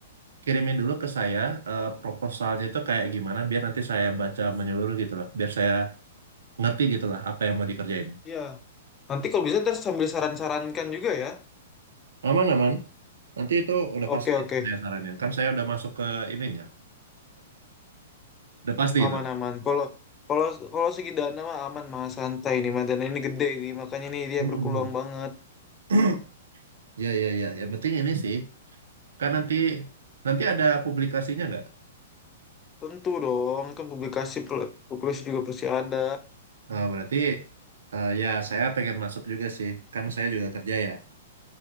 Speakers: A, on the right; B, on the left.
A: kirimin dulu ke saya eh, proposalnya itu kayak gimana, biar nanti saya baca menyeluruh gitu lah, biar saya ngerti gitu lah apa yang mau dikerjain.
B: Iya, nanti kalau bisa ntar sambil saran-sarankan juga ya.
A: Aman, aman. Nanti itu udah pasti
B: Oke oke,
A: saya saranin. Kan saya udah masuk ke ininya, udah pasti
B: aman
A: itu.
B: aman. Kalau kalau kalau segi dana mah aman mah santai ini mah dana ini gede ini makanya ini dia
A: Hmm.
B: berpeluang banget.
A: <clears throat> Ya, ya, ya. Yang penting ini sih. Kan nanti nanti ada publikasinya nggak?
B: Tentu dong, kan publikasi publikasi juga pasti ada.
A: Nah, berarti eh, ya saya pengen masuk juga sih, kan saya juga kerja ya